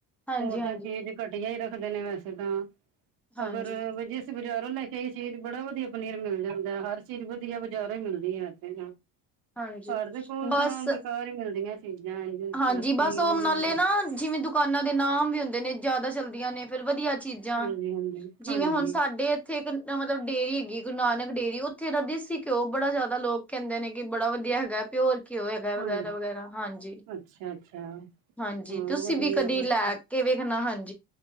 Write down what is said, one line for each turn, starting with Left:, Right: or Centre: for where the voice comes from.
Centre: ਹਾਂਜੀ
Right: ਉਹ
Centre: ਹਾਂਜੀ
Right: ਤਾਂ ਚੀਜ਼ ਘਟੀਆ ਹੀ ਰੱਖਦੇ ਨੇ ਵੈਸੇ ਤਾਂ,
Centre: ਹਾਂਜੀ
Right: ਅਗਰ ਜਿਸ ਬਜ਼ਾਰੋਂ ਲੈ ਕੇ ਆਈ ਸੀ। ਬੜਾ ਵਧੀਆ ਪਨੀਰ ਮਿਲ ਜਾਂਦਾ। ਹਰ ਚੀਜ਼ ਵਧੀਆ ਬਜ਼ਾਰੋਂ ਈ ਮਿਲਦੀ ਹੈ। ਇੱਥੇ
Centre: ਹਾਂਜੀ
Right: ਘਰ ਦੇ ਕੋਲ
Centre: ਬਸ
Right: ਤਾਂ ਬੇਕਾਰ ਹੀ ਮਿਲਦੀਆਂ। ਚੀਜ਼ਾਂ ਇੰਝ
Centre: ਹਾਂਜੀ!
Right: ਪਨੀਰ
Centre: ਬਸ ਉਹ
Right: ਵੀ
Centre: ਨਾਲੇ
Right: ਨੀ ਵਧੀਆ
Centre: ਨਾ ਜਿਵੇਂ ਦੁਕਾਨਾਂ ਦੇ ਨਾਮ ਵੀ ਹੁੰਦੇ ਨੇ। ਜਿਆਦਾ ਚਲਦੀਆਂ ਨੇ ਫੇਰ ਵਧੀਆ ਚੀਜ਼ਾਂ,
Right: ਹਾਂਜੀ ਹਾਂਜੀ
Centre: ਜਿਵੇਂ
Right: ਹਾਂਜੀ
Centre: ਹੁਨ ਸਾਡੇ ਇੱਥੇ ਇੱਕ ਮਤਲਬ ਡੇਰੀ ਹੈਗੀ ਗੁਰੂ ਨਾਨਕ ਡੇਰੀ। ਉੱਥੇ ਦਾ ਦੇਸੀ ਘਿਓ ਬੜਾ ਜ਼ਿਆਦਾ ਲੋਕ ਕਹਿੰਦੇ ਨੇ ਕਿ ਬੜਾ ਵਧੀਆ ਵਧੀਆ ਹੈਗਾ, ਪਿਓਰ ਘਿਓ ਹੈਗਾ
Right: ਹਾਂਜੀ
Centre: ਵਗੈਰਾ ਵਗੈਰਾ। ਹਾਂਜੀ
Right: ਅੱਛਾ ਅੱਛਾ
Centre: ਹਾਂਜੀ!
Right: ਹਾਂ
Centre: ਤੁਸੀਂ
Right: ਵਧੀਆ
Centre: ਵੀ ਕਦੀ
Right: ਬਸ
Centre: ਲੈ ਕੇ ਵੇਖਣਾ ਹਾਂਜੀ।